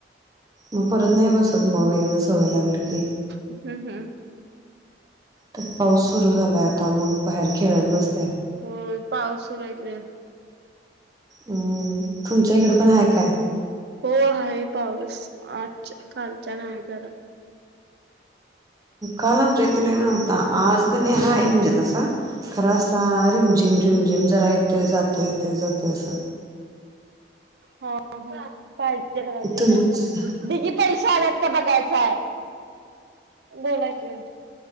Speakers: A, on the right; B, on the right.
A: मग परत नाही बसत मग एकदा सवय लागली की
B: हम्म हम्म
A: तर पाऊस सुरु झालाय आता मग बाहेर खेळत बसत्या
B: हो पाऊस सुरु हाय हिकडं
A: अम्म तुमच्या इकडे पण आहे काय
B: हो आहे पाऊस आज कालचान आहे जरा
A: काल आमच्याकड लै नौता आज हाय म्हणजे असा खरा असा रिमझिम रिमझिम जरा येतोय जातोय येतोय जातय अस
B: हा हा पाहिजे
A: तुमच
B: दिदी पैसे आला बघायचाय बोला कि <unintelligible>